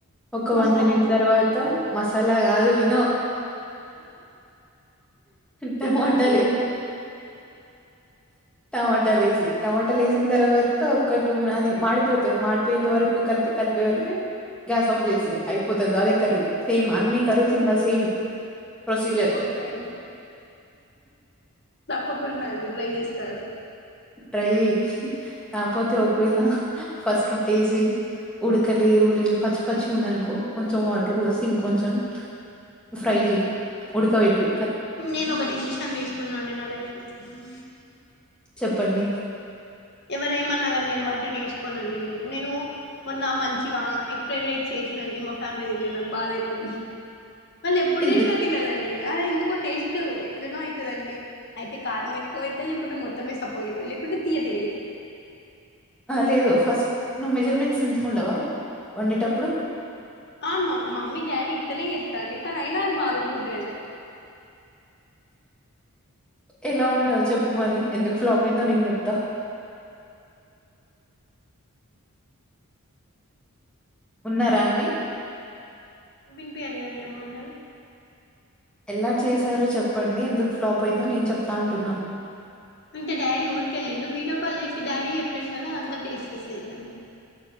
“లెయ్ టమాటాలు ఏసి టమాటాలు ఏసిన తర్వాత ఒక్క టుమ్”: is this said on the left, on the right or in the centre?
Centre